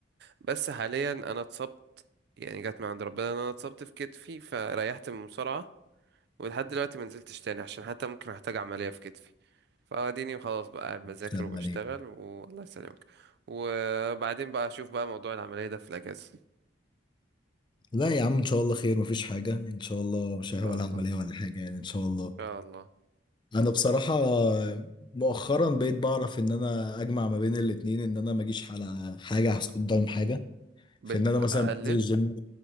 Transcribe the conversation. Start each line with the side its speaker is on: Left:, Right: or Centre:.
Right: بس حاليا انا اتصبت يعني جت من عند ربنا ان انا اتصبت في كتفي فريحت من المصارعه ولحد دلوقتي ما نزلتش تاني عشان حتى ممكن احتاج عمليه في كتفي فاديني وخلاص بقى قاعد
Left: بتعمل
Right: بذاكر وبشتغل
Left: ايه
Right: والله يسلمك وبعدين بقى اشوف بقى موضوع العمليه ده في الاجازه ان
Left: لا يا عم ان شاء الله خير مفيش حاجه ان شاء الله مش
Right: شاء
Left: ولا
Right: الله
Left: عمليه
Right: ان
Left: ولا حاجه يعني ان شاء الله
Right: شاء الله
Left: انا بصراحه مؤخرا بقيت بعرف ان انا اجمع ما بين الاتنين ان انا ما اجيش على حاجه قدام حاجه
Right: بتقلل
Left: في ان انا مثلا بنزل الجيم